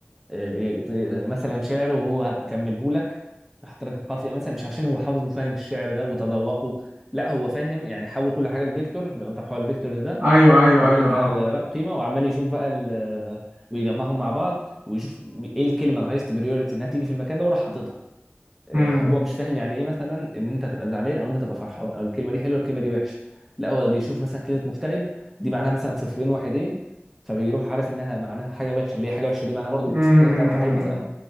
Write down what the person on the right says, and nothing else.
ايوه ايوه
ايوه اه
م -م
-م
-م